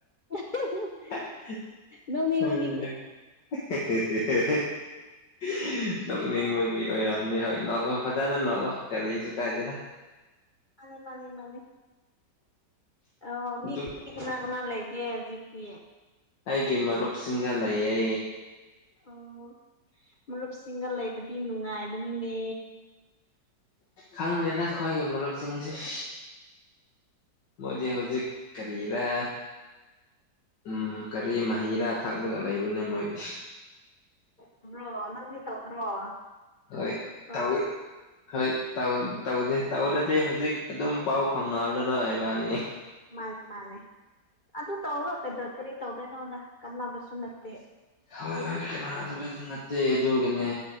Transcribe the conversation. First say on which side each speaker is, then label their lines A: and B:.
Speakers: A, on the left; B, on the left.
A: <inaudible>
B: <inaudible>
A: ꯅꯣꯛꯅꯤꯡꯕꯒꯤꯅꯤ
B: ꯅꯣꯛꯅꯤꯡꯕꯒꯤ ꯑꯣꯏꯔꯝꯅꯤ ꯍꯣꯏ ꯅꯣꯛꯑꫭ ꯐꯖꯅ ꯅꯣꯛꯑꫭ ꯀꯔꯤꯁꯨ ꯀꯥꯏꯗꯦꯗ
A: ꯃꯥꯅꯦ ꯃꯥꯅꯦ ꯃꯥꯅꯦ ꯑꫭ ꯃꯤ
B: ꯑꯗꯨꯝ
A: ꯀꯅꯥ ꯀꯅꯥ ꯂꯩꯒꯦ ꯍꯧꯖꯤꯛꯇꯤ
B: ꯑꯩꯒꯤ ꯃꯔꯨꯞꯁꯤꯡꯒ ꯂꯩꯌꯦ꯫
A: ꯑꯣ ꯃꯔꯨꯞꯁꯤꯡꯒ ꯂꯩꯕꯒꯤ ꯅꯨꯡꯉꯥꯏꯕꯅꯤꯅꯦ
B: ꯈꯪꯂꯦꯗ ꯑꯩꯈꯣꯏꯒꯤ ꯃꯔꯨꯞꯁꯤꯡꯁꯦ ꯃꯣꯏꯗꯤ ꯍꯧꯖꯤꯛ ꯀꯔꯤꯔꯥ ꯎꯝ ꯀꯔꯤ ꯃꯍꯤꯔꯥ ꯊꯛꯂꯒ ꯂꯩꯕꯅꯦ ꯃꯣꯏꯗꯤ
A: ꯑꯣꯕ꯭ꯔꯣ ꯅꯪꯗꯤ ꯇꯧꯗ꯭ꯔꯣ ꯅꯪꯗꯤ
B: ꯍꯣꯏ
A: ꯈꯪꯗ꯭ꯔꯣ
B: ꯇꯧꯏ ꯍꯣꯏ ꯇꯧ ꯇꯧꯗꯦ ꯇꯧꯗꯔꯗꯤ ꯍꯧꯖꯤꯛ ꯑꯗꯨꯝ ꯄꯥꯎ ꯐꯥꯎꯅ ꯍꯥꯜꯂꯔꯣꯏ ꯏꯕꯥꯅꯤ
A: ꯃꯥꯅꯦ ꯃꯥꯅꯦ ꯑꯗꯨ ꯇꯧꯔꯒ ꯀꯩꯗ ꯀꯔꯤ ꯇꯧꯗꯣꯏꯅꯣꯗ ꯀꯥꯟꯅꯕꯁꯨ ꯅꯠꯇꯦ
B: ꯍꫭꯏ ꯍꯣꯏ ꯀꯅꯥ <unintelligible> ꯅꯠꯇꯦ ꯑꯗꯨꯒꯤꯅꯦ